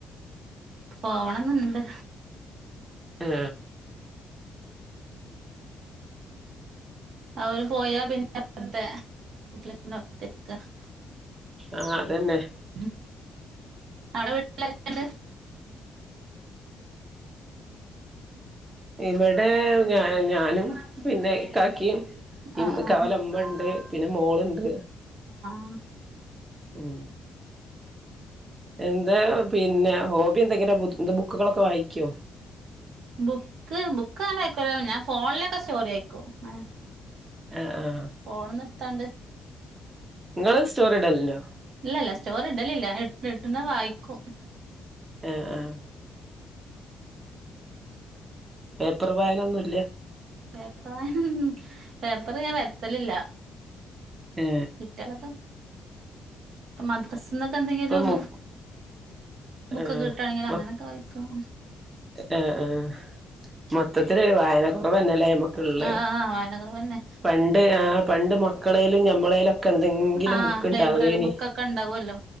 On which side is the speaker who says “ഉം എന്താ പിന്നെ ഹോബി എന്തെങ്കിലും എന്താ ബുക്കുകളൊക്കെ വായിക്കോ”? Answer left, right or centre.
Right